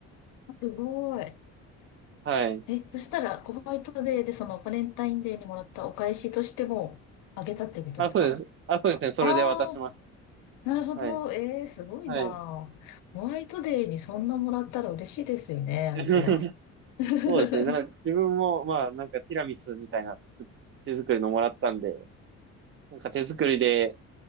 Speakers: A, on the left; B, on the right.
A: すごい。
B: はい。
A: え、そしたら、ホワイトデーで、そのバレンタインデーにもらったお返しとしても、あげたってことですか
B: あ、そうです。あ、そうですね。それで渡しまし
A: ああなるほど。
B: た。はい。
A: えー、すごいな。
B: はい。
A: ホワイトデーにそんなもらったら嬉しいですよね、相手は。
B: <laughs>
A: <laughs>
B: そうですね。なんか自分も、まあ、なんかティラミスみたいな作っ手作りのもらったんで、なんか手作りで、